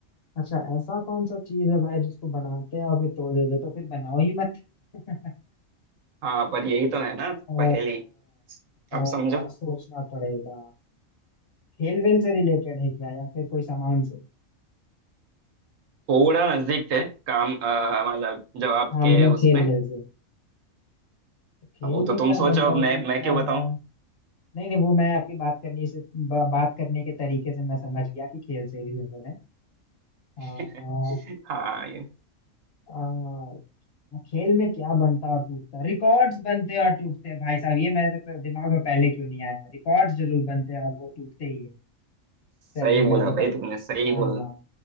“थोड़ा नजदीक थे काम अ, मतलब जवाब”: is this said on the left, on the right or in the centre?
Right